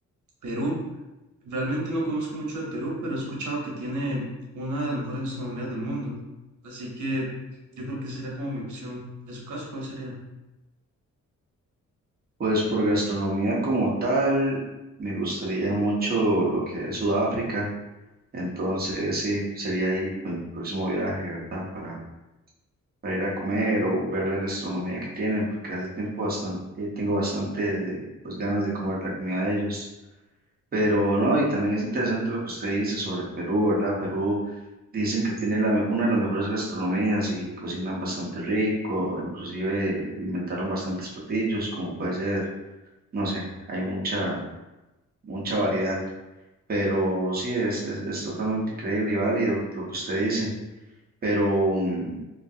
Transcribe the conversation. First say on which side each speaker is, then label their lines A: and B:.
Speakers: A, on the right; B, on the right.
A: Perú Realmente no conozco mucho de Perú, pero he escuchado que tiene una de las mejores gastronomías del mundo. Así que yo creo que esa sería como mi opción. En su caso, ¿cuál sería?
B: Pues por gastronomía como tal, me gustaría mucho lo que es Sudáfrica, entonces sí, sería ahí pues, el próximo viaje, ¿verdad? Para, para ir a comer o ver la gastronomía que tienen, porque hace tiempo bastante, tengo bastante pues, ganas de comer la comida de ellos. Pero no, y también es interesante lo que usted dice sobre Perú, ¿verdad? Perú dicen que tiene la, me- una de las mejores gastronomías y cocinan bastante rico, inclusive inventaron bastantes platillos, como puede ser no sé, hay mucha, mucha variedad, pero sí, es, es, es totalmente increíble y válido lo que usted dice, pero mm,